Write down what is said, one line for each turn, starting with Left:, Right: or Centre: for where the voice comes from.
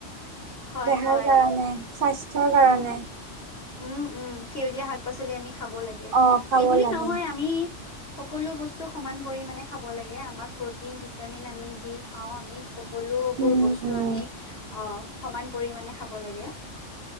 Left: হয়
Right: দেহাৰ
Left: হয়
Right: কাৰণে স্বাস্থ্যৰ কাৰণে
Left: উম উম উম সেউজীয়া শাক পাচলি আমি খাব লাগে
Right: অ খাব
Left: এইবুলি
Right: লাগে
Left: নহয় আমি সকলো বস্তু সমান পৰিমণে খাব লাগে আমাক প্ৰটিন ভিটামিন আমি যি খাওঁ আমি সক সকলো
Right: উম
Left: বোৰ বস্তু
Right: উম
Left: আমি অ সমান পৰিমাণে খাব লাগে